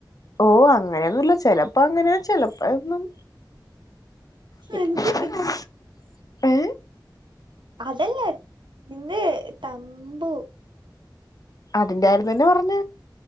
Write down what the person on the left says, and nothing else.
ഓ അങ്ങനെയന്നല്ല ചെിലപ്പോ അങ്ങനെയ ചെിലപ്പോന്നും <unintelligible>
പ
അതിന്റെ ആര് തന്നെ പറഞ്ഞ